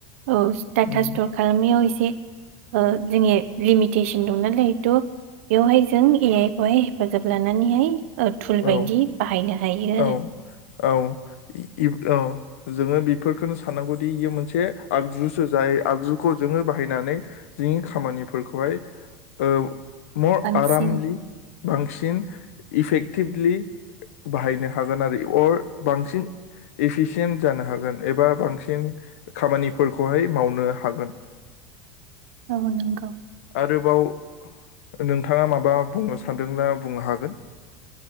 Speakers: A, on the right; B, on the left.
A: औ डाटा
B: उम,
A: स्टर खालामैयाव एसे जोंनिया लिमिटेसन दंनाालायथ बेवहाय जों ए आइ खौहाय हेफाजाब लानानैहाय ओ थुल बायदि
B: औ
A: बाहायनो हायो आरो
B: औ औ इ औ जोङो बिफोरखोनो साननांगौदि इयो मोनसे आगजुसो जाय आगजुखौ जोङो बाहायनानै जिंनि खामानिफोरखौहाय ओ <unintelligible>
A: बांसिन
B: आरामलि बांसिन इफेक्ट टिभलि बाहायनो हागोन आरो अर बांसिन एफिसियेन्ट जानो हागोन एबा बांसिन खामानिफोरखौहाय मावनो हागोन।
A: औ नोंगौ
B: आरोबाव नोंथाङा माबा बुंनो सानदोंब्ला बुंनो हागोन।